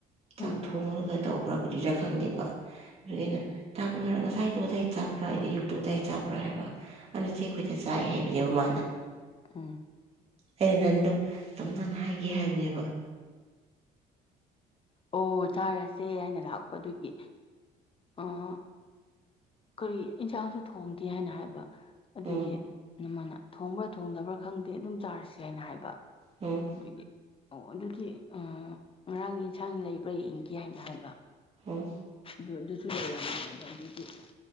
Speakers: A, on the right; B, on the left.
A: <inaudible>
B: ꯎꯝ
A: ꯇꯧꯕ꯭ꯔꯥ ꯀꯔꯤꯔꯥ ꯈꯪꯗꯦꯕ ꯑꯗꯨꯒꯤ ꯑꯩꯅ ꯆꯥꯛ ꯈꯔ ꯉꯁꯥꯏꯗꯨꯣ ꯑꯗꯥꯏ ꯆꯥꯕ꯭ꯔꯥ ꯑꯩꯅ ꯌꯨꯛꯇꯨ ꯑꯗꯥꯏ ꯆꯥꯕ꯭ꯔꯥ ꯍꯥꯏꯕ ꯑꯅꯆꯦ ꯑꯩꯈꯣꯏꯗ ꯆꯥꯏ ꯍꯥꯏꯕꯅꯦꯕ ꯃꯥꯅ
B: ꯎꯝ
A: ꯑꯩꯅ ꯅꯍꯟꯗꯣ ꯇꯞ ꯇꯥꯅ ꯍꯥꯏꯒꯦ ꯍꯥꯏꯕꯅꯦꯕ
B: ꯑꯣ ꯆꯥꯔꯁꯦ ꯍꯥꯏꯅ ꯂꯥꯛꯄ ꯑꯗꯨꯒꯤ ꯑꫭ ꯀꯔꯤ ꯏꯟꯁꯥꯡꯁꯨ ꯊꯣꯡꯗꯦ ꯍꯥꯏꯅ ꯍꯥꯏꯕ ꯑꯗꯨꯒꯤ
A: ꯎꯝ
B: ꯅꯃꯅ ꯊꯣꯡꯕ꯭ꯔꯥ ꯊꯣꯡꯗꯕ꯭ꯔꯥ ꯈꯪꯗꯦ ꯑꯗꯨꯝ ꯆꯥꯔꯁꯤ ꯍꯥꯏꯅ ꯍꯥꯏꯕ
A: ꯎꯝ
B: ꯑꯗꯨꯒꯤ ꯑꯣ ꯑꯗꯨꯗꯤ ꯑ ꯉꯔꯥꯡꯒꯤ ꯏꯟꯁꯥꯡ ꯂꯩꯕ꯭ꯔꯥ ꯌꯦꯡꯒꯦ ꯍꯥꯏꯅ ꯍꯥꯏꯕ
A: ꯎꯝ
B: <unintelligible> <unintelligible>